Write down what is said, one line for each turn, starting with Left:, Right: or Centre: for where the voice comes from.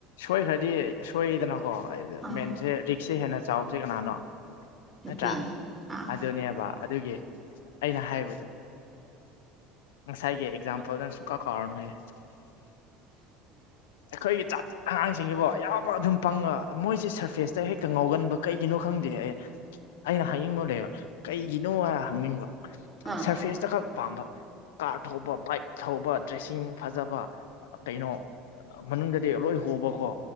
Left: ꯁꯣꯏꯈ꯭ꯔꯗꯤ ꯁꯣꯏꯗꯅꯀꯣ
Right: ꯑꯥ
Left: ꯃꯦꯟꯁꯦ ꯁꯤ ꯍꯦꯟꯅ ꯆꯥꯎꯕꯁꯦ ꯀꯅꯥꯅꯣ
Right: ꯅꯨꯄꯤ
Left: ꯅꯠꯇ꯭ꯔꯥ
Right: ꯑꯥ
Left: ꯑꯗꯨꯅꯦꯕ ꯑꯗꯨꯒꯤ ꯑꯩꯅ ꯍꯥꯏꯕꯗꯣ ꯉꯁꯥꯏꯒꯤ ꯑꯦꯛꯖꯥꯝꯄꯜꯗ‌ꯣ ꯁꯨꯡ ꯀꯥꯎ ꯀꯥꯎꯔꯅꯨꯍ‌‌ꯦ ꯑꯩꯈꯣꯏꯒꯤ ꯆꯥꯡ-ꯆꯥꯠ ꯑꯉꯥꯡꯁꯤꯡꯁꯤꯀꯣ ꯌꯥꯝꯕ ꯑꯗꯨꯝ ꯄꯪꯉ ꯃꯣꯏꯁꯦ ꯁꯔꯐꯦꯁꯇ ꯍꯦꯛꯇ ꯉꯥꯎꯒꯟꯕ ꯀꯩꯒꯤꯅꯣ ꯈꯪꯗꯦ ꯑꯦ ꯑꯩꯅ ꯍꯥꯏꯅꯤꯡꯕ ꯂꯩꯕ ꯀꯩꯒꯤꯅꯣ ꯍꯥꯏ ꯍꯪꯅꯤꯡꯕ
Right: ꯑꯥ
Left: ꯁꯔꯐꯦꯁꯇꯈꯛ ꯄꯥꯝꯕ ꯀꯥꯔ ꯊꯧꯕ ꯕꯥꯏꯛ ꯊꯧꯕ ꯗ꯭ꯔꯦꯁꯤꯡ ꯐꯖꯕ ꯀꯩꯅꯣ ꯃꯅꯨꯡꯗꯗꯤ ꯂꯣꯏ ꯍꯣꯕꯀꯣ